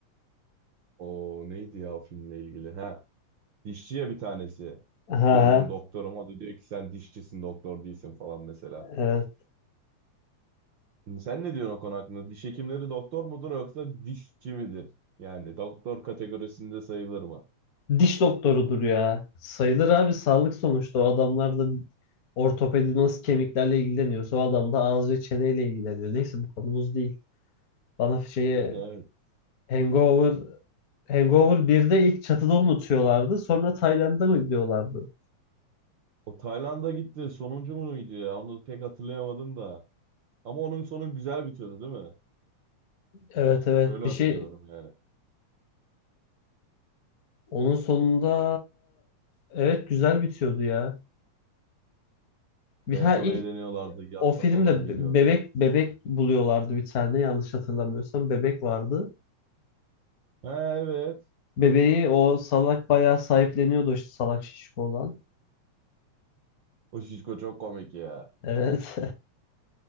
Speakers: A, on the right; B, on the left.
A: o neydi ya o filmle ilgili? Ha dişçiye bir tanesi
B: Ha,
A: diyor ben doktorum. O da diyor ki sen dişçisin doktor değilsin falan mesela.
B: evet.
A: Sen ne diyorsun o konu hakkında? Diş hekimleri doktor mudur yoksa dişçi midir? Yani doktor kategorisinde sayılır mı?
B: Diş doktorudur ya. Sayılır abi sağlık sonuçta o adamlar da ortopedi nasıl kemiklerle ilgileniyorsa o adam da ağız ve çeneyle ilgileniyor. Neyse bu konumuz değil. Bana şeyi
A: Yani evet.
B: Hangover Hangover birde ilk çatıda unutuyorlardı. Sonra Tayland'a mı gidiyorlardı?
A: O Tayland'a gitti. Sonuncu muydu ya? Onu pek hatırlayamadım da. Ama onun sonu güzel bitiyordu değil mi?
B: Evet evet
A: Öyle
B: bir
A: hatırlıyorum
B: şey
A: yani.
B: onun sonunda evet güzel bitiyordu ya. Bir
A: En
B: ha
A: son
B: ilk
A: eğleniyorlardı. Yatla
B: o filmde
A: falan geliyordu.
B: be- bebek bebek buluyorlardı bir tane yanlış hatırlamıyorsam bebek vardı.
A: Ha, evet.
B: Bebeği o salak bayağı sahipleniyordu işte salak şişko olan.
A: O şişko çok komik ya.
B: Evet. <laughs>